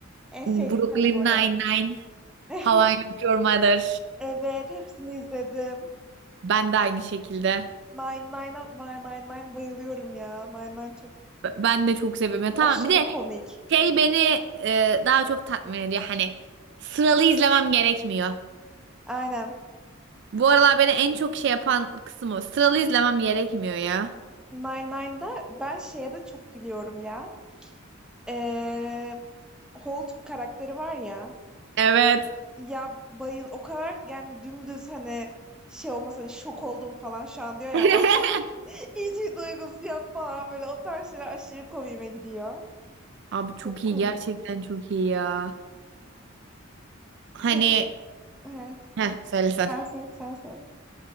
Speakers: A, in the centre; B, on the right (about 60°).
A: En sevdiğim
B: Brooklyn
A: kategori.
B: Nine-Nine,
A: <laughs>
B: How I Met Your Mother.
A: Evet, hepsini izledim.
B: Ben de aynı şekilde.
A: Nine nine Nine Nine Nine bayılıyorum ya. Nine Nine çok
B: B- Ben de çok seviyorum. Ya tamam
A: aşırı
B: bir de
A: komik.
B: şey beni e, daha çok tatmin ediyor. Hani sıralı izlemem gerekmiyor.
A: Aynen.
B: Bu aralar beni en çok şey yapan kısım o. Sıralı izlemem gerekmiyor ya.
A: Nine-Nine'da ben şeye de çok gülüyorum ya. Ee, Holt karakteri var ya.
B: Evet.
A: Ya bayıl o kadar yani dümdüz hani şey olmasa hani şok oldum falan şu an diyor ya
B: <laughs>
A: ama aslında <laughs> hiç bir duygusu yok falan böyle o tarz şeyler aşırı komiğime gidiyor.
B: Abi çok
A: Çok komik.
B: iyi gerçekten çok iyi ya. Hani
A: Peki he,
B: heh söylesen.
A: sen sen sen sen.